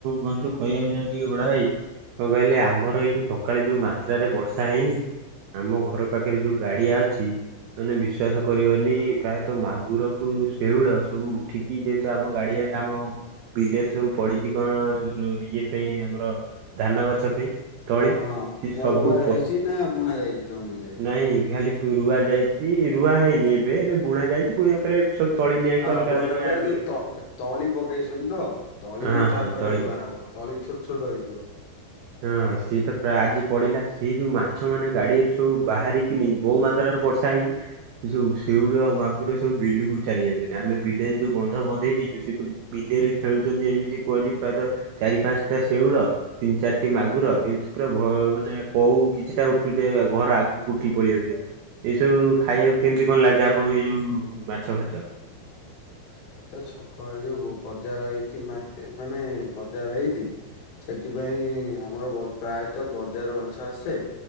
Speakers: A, on the right (about 85°); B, on the left (about 70°).
A: କୁହନ୍ତୁ କହିବାକୁ ଯାଉଛି କି ବଡ ଭାଇ। କଣ କହିଲେ ଆମର ଏଇ ଯୋଉ ସକାଳେ ଯୋଉ ମାତ୍ରାରେ ବର୍ଷା ହେଇନି। ଆମ ଘର
B: ହୁଁ
A: ପାଖରେ ଯୋଉ ଗାଡିଆ ଅଛି ମାନେ ବିଶ୍ବାାସ
B: ହଁ
A: କରିବନି ପ୍ରାୟ ତ ମାଗୁରକୁ, ଶେଉଳ ସବୁ ଉଠିକି ଯେହେତୁ ଆମ ଗାଡିଆରେ। ଆମ ବିଲେରେ ସବୁ ପଡିଛି କଣ ଇଏ ପାଇଁ ଆମର ଧାନ ଗଛ ପାଇଁ ତଳି
B: ଓଁ ହଁ
A: ସେ
B: ହଁ
A: ସବୁ
B: ରୁଆ ଯାଇଛି ନା ବୁଣା ଯାଇଛି ତମ ବିଲରେ?
A: ଏୟାର ଲିଫ୍ଟ ରୁଆ ଯାଇଛି ରୁଆ ହେଇନି ଏବେ ଏବେ ବୁଣା ଯାଇଛି ବୁଣିବା ପରେ ସବୁ ତୋଳି ନିଆଁ ହେଇକି
B: ହଁ
A: ଅଲଗା
B: ବୁହାନ
A: ଅଲଗା
B: ପରେ ଯୋଉ
A: ବିଲ।
B: ତ ତଳି ପକେଇଛନ୍ତି ତ, ତଳି
A: ହଁ ହଁ
B: ତାପରେ
A: ତଳି
B: ରୁଆ
A: ପଡିଛି।
B: ହବ ତଳି ଛୋଟ ଛୋଟ ହେଇଥିବ।
A: ହଁ ସିଏ ତ ପ୍ରାୟ ଆଜି ପଡିଲା ସେ ଯୋଉ ମାଛ ମାନେ ଗାଡିରେ ସବୁ ବାହାରି ବହୁ ମାତ୍ରାରେ ବର୍ଷା ହେଇଛି। ସେ ସବୁ ଶେଉଳ ମାଗୁର ଆଗରେ ସବୁ ବିଲୁକୁ ଚାଲି ଯାଉଛନ୍ତି ଆମେ ବିଲେ ଯୋଉ ବନ୍ଧ ବନ୍ଧେଇ ଦେଇଛୁ ସେ ତୁ ବିଲେରେ ଖେଳୁଛନ୍ତି ଏମିତି କୁହନି ପ୍ରାୟତଃ ଚାରି ପାଞ୍ଚଟା ଶେଉଳ। ତିନି ଚାରି ଟି ମାଗୁର ଏମିତି ପୁରା ମାନେ କୋଉ କିଛିଟା ଉଠୁଛ ଘର ଆଗକୁ ଉଠିକି ପଳେଇ ଆାଉଛନ୍ତି। ଏଇ ସବୁ ଖାଇବାକୁ କେମିତି କଣ ଲାଗେ ଆପଣଙ୍କୁ ଏଇ ଯୋଉ ମାଛ ଫାଚ?
B: <inaudible> ସେଇ ତ ଛକ ଏଇ ଯୋଉ ବଜାର ହେଇଠି, ମାର୍କେଟ ମାନେ ବଜାର ହେଇଠି। ସେଥିପାଇଁ ଆମର ପ୍ରାୟତଃ ବଜାର ମାଛ ଆସେ